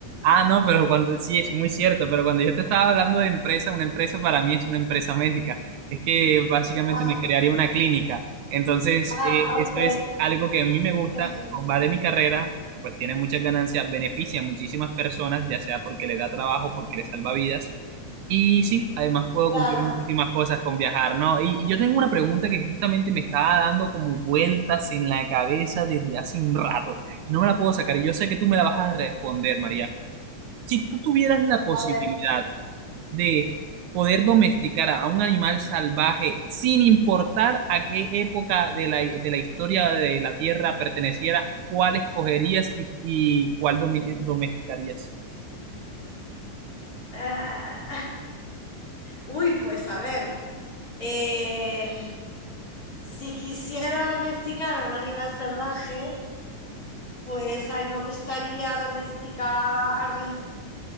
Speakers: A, on the right; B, on the left.
A: Ah, no, pero cuando, sí, es muy cierto, pero cuando yo te estaba hablando de empresa, una empresa para mí es una empresa médica. Es que básicamente
B: Ah,
A: me crearía una clínica. Entonces,
B: ah,
A: eh, eso
B: ok,
A: es algo que a mí me gusta,
B: ok.
A: va de mi carrera, pues tiene muchas ganancias, beneficia a muchísimas personas, ya sea porque le da trabajo, porque le salva vidas. Y sí, además puedo
B: Claro,
A: cumplir muchísimas cosas con viajar, ¿no? Y, y yo tengo una pregunta que justamente me estaba dando como vueltas en la cabeza desde hace un rato. No me la puedo sacar y yo sé que tú me la vas a responder, María. Si tú tuvieras la posibilidad
B: a ver.
A: de poder domesticar a un animal salvaje sin importar a qué época de la, de la historia de la Tierra perteneciera, ¿cuál escogerías y, y cuál domi- domesticarías?
B: Ah, uy, pues a ver, eh, si quisiera domesticar a un animal salvaje, Pues a mí me gustaría domesticar,